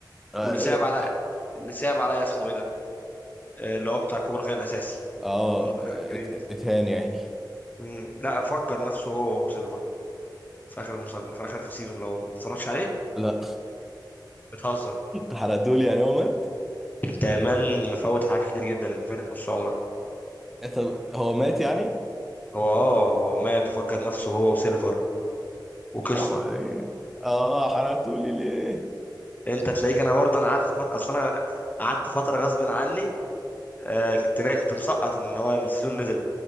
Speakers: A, in the centre; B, on the left.
A: اه
B: واللي صعب على
A: اه
B: اللي صعب عليا اسمه ايه ده آه، اللي هو بتاع كوبرا كاي الاساسي
A: آه،
B: المدرب الكبير
A: ات- اتهان يعني
B: مم. لا فجر نفسه هو وسيلفر في اخر المسل... في اخر في السيزون اللي هو ما تتفرجش عليه
A: لا
B: بتهزر
A: حرقتولي يعني هو مات
B: انت يا مان مفوت حاجات كتير جدا انت فاتك نص عمرك
A: طب هو مات يعني
B: هو اه هو مات وفجر نفسه هو وسيلفر وقصه
A: حرام عليك اه حرقتولي ليه
B: انت تلاقيك انا برضه انا قعدت فتره اصل انا قعدت فتره غصب عني آه كنت نا... كنت مسقط ان هو السيزون نزل